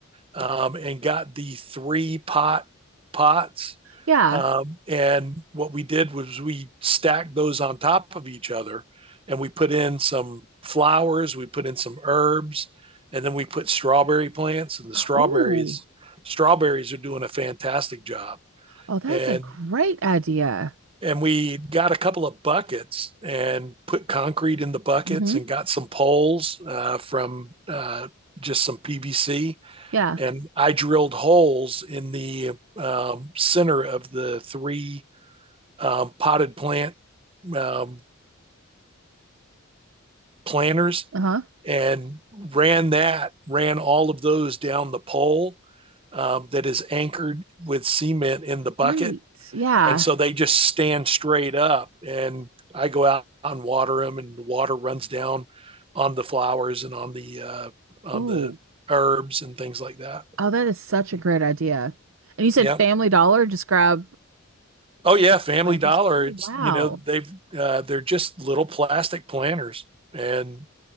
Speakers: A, on the right; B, on the right.
A: um, and got the three pot pots.
B: yeah.
A: Um, and what we did was we stacked those on top of each other and we put in some flowers, we put in some herbs, and then we put strawberry plants and the strawberries
B: Oh,
A: strawberries are doing a fantastic job.
B: oh, that's
A: And
B: a great idea.
A: and we got a couple of buckets and put concrete in the buckets
B: hmm
A: and got some poles uh, from uh, just some PVC
B: Yeah.
A: and I drilled holes in the um, center of the three um, potted plant um, planters
B: Uh-huh.
A: and ran that, ran all of those down the pole um, that is anchored with cement in the bucket.
B: Right. Yeah.
A: And so they just stand straight up, and I go out and water them, and the water runs down on the flowers and on the uh, on
B: Oh,
A: the herbs and things like that.
B: oh, that is such a great idea. And you said
A: Yeah.
B: Family Dollar, just grab
A: Oh yeah, Family
B: planters.
A: Dollar.
B: Oh,
A: It's
B: wow.
A: you know they've uh, they're just little plastic planters, and